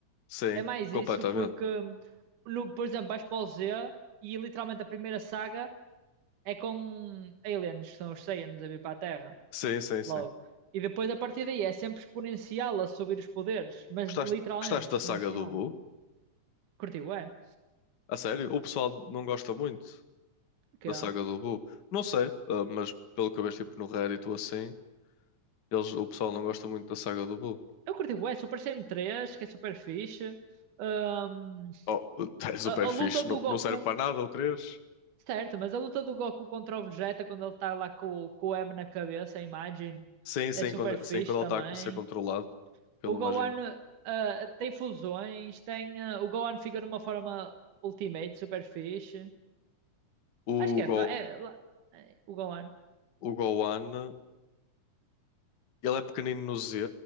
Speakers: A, on the left; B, on the right.
A: Sim,
B: É mais
A: completamente.
B: isso porque, no, por exemplo, vais para o Z e literalmente a primeira saga é com aliens, que são os Saiyans a vir para a Terra,
A: Sim, sim, sim.
B: logo. E depois a partir daí é sempre exponencial a subir os poderes, mas
A: Gostaste,
B: literalmente
A: gostaste
B: exponencial.
A: da saga do Boo?
B: Curti, ué?
A: A sério? O pessoal não gosta muito
B: Porquê?
A: da saga do Boo. Não sei, ah, mas pelo que eu vejo tipo, no Reddit ou assim, eles, o pessoal não gosta muito da saga do Boo.
B: Eu curti bué, Super Saiyan três que é super fixe. Ahm,
A: Oh, <laughs> é super
B: a, a
A: fixe.
B: luta do
A: Não,
B: Goku,
A: não serve para nada o três
B: certo, mas a luta do Goku contra o Vegeta quando ele tá lá com, com o M na cabeça, a imagem,
A: Sim, sim,
B: é super
A: quando,
B: fixe
A: sim, quando ele
B: também.
A: está a ser controlado pelo
B: O Gohan
A: Majin
B: ah, tem fusões, tem, ah, o Gohan fica numa forma Ultimate, super fixe.
A: O,
B: Acho que
A: Go,
B: é, é, lá- é, o Gohan.
A: o Gohan, ele é pequenino no Z.